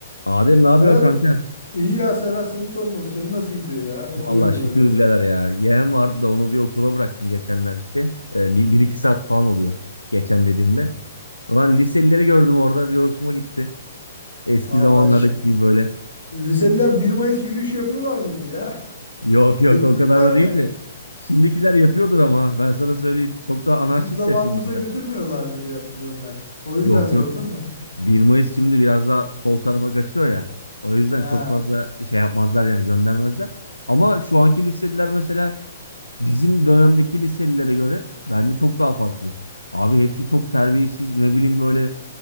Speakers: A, on the left; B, on the left.
A: Adem ne yapıyorsun
B: Serhat
A: kanka?
B: iyi ya Serhat seni sormalı. Senin nasıl gidiyor ya? Oturuyordu
A: Vallahi şükür
B: öyle.
A: birader ya. Yeğen vardı da onu bir okula bıraktım geçenler işte. Ee, bir, bir iki saat falan oluyor. Geçen dediğimde. Ulan liselileri gördüm orada. Bir hoşuma gitti. Eski
B: Vallahi
A: zamanlardaki
B: şi-
A: gibi böyle.
B: liseliler 1 Mayıs yürüyüşü yapıyorlar mıydı ya?
A: Yok
B: <laughs>
A: yok
B: Götürmüşler
A: o kadar da değil
B: mi?
A: de. Şimdikiler yapıyordur ama ben sana söyleyeyim. Çok daha anarşist
B: Bizim zamanımızda
A: ya şimdikiler.
B: götürmüyorlardı diye hatırlıyorum ben. O yüzden
A: Yok
B: sordum
A: yok.
B: da.
A: bir Mayıs şimdi biraz daha sol tarafa kaçıyor ya. O yüzden
B: Ha.
A: çok fazla şey yapmazlar yani göndermezler. Ama şu anki liseliler mesela bizim dönemdeki liselilere göre bence çok daha farklı. Abi hepsi çok terbiyesiz ne bileyim böyle